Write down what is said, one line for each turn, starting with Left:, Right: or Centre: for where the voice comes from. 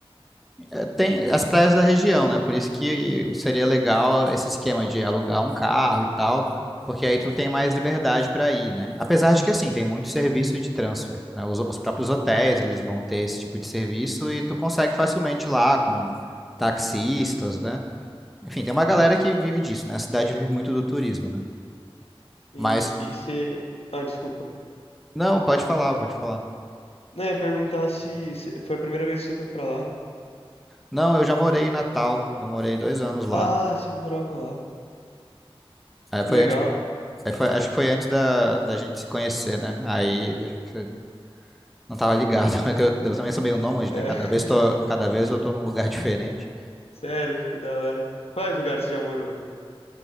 Centre: Eh, Tem as praias da região, né? Por isso que seria legal esse esquema de alugar um carro e tal, porque aí tu tem mais liberdade para ir, né? Apesar de que, assim, tem muito serviço de transfer, né? Os, os próprios hotéis, eles vão ter esse tipo de serviço e tu consegue facilmente ir lá com taxistas, né? Enfim, tem uma galera
Left: Uhum.
Centre: que vive disso, né? A cidade vive muito do turismo, né?
Left: E,
Centre: Mas,
Left: e você... Ah, desculpa.
Centre: não, pode falar, pode falar.
Left: Não, eu ia perguntar se, se foi a primeira vez que você foi pra lá.
Centre: Não, eu já morei em Natal, eu morei dois anos lá.
Left: Ah, você morava lá.
Centre: Aí foi
Left: Que legal.
Centre: antes, aí foi- acho que foi antes da, da gente se conhecer, né? Aí acho que você não tava ligado, <laughs> é que eu, eu também sou meio nômade,
Left: É,
Centre: né? Cada
Left: <laughs>
Centre: vez, tô, cada vez eu tô num lugar diferente.
Left: sério, que da hora. Quais lugares você já morou?